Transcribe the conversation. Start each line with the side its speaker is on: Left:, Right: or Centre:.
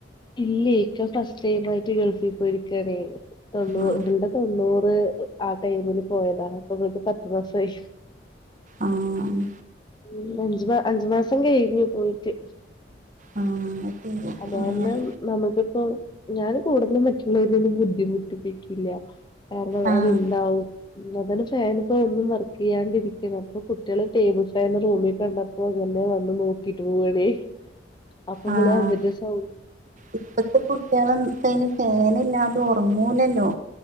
Left: ഇല്ല്യേ ഇക്ക ഫസ്റ്റ് ടൈം ആയിട്ട് ഗൾഫിൽ പോയിരിക്കാണേ തൊണ്ണൂ
Right: ആഹ്
Left: തൊണ്ണൂറ് ആ ടൈമില് പോയതാ അപ്പൊ ഇന്നക്ക് പത്തു മാസായി.
Right: ആഹ്
Left: ഉം അഞ്ചു അഞ്ചു മാസം കഴഞ്ഞു പോയിട്ട്.
Right: ആഹ് അത് ശരി
Left: അത്
Right: അങ്ങനെ
Left: കാരണം നമുക്കിപ്പോ ഞാൻ കൂടുതലും മറ്റുള്ളവരെ ബുദ്ധിമുട്ടിപ്പിക്കില്ല. കാരണം
Right: ആഹ്
Left: അത്ണ്ടാവും ഉം അതെന്നെ ഫാൻ ഇപ്പോ ഒന്നും വർക്ക് ചെയ്യാണ്ടിരിക്കണം അപ്പം കുട്ടിയാള് ടേബിൾ ഫാൻ റൂമിൽ കണ്ട ഓ പൊന്നേ വന്ന് നോക്കീട്ട് പോണേ അപ്പം
Right: ആഹ്
Left: പിന്നെ ഇതിന്റെ സൗ
Right: ഇപ്പത്തെ കുട്ട്യാൾ ഒന്നും ഇപ്പൈന് ഫാനില്ലാതെ ഉറങ്ങൂലല്ലോ.